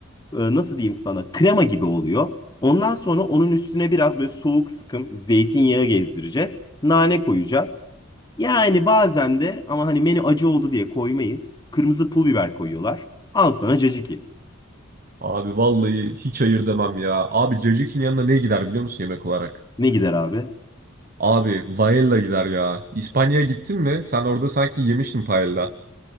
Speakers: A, on the left; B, on the right.
A: e, nasıl diyeyim sana krema gibi oluyor. Ondan sonra onun üstüne biraz böyle soğuk sıkım zeytinyağı gezdireceğiz. Nane koyacağız. Yani bazen de ama hani menü acı oldu diye koymayız. Kırmızı pul biber koyuyorlar. Al sana caciki.
B: Abi vallahi hiç hayır demem ya. Abi cacikinin yanına ne gider biliyor musun yemek olarak?
A: Ne gider abi?
B: Abi paella gider ya. İspanya'ya gittin mi? Sen orada sanki yemiştin paella.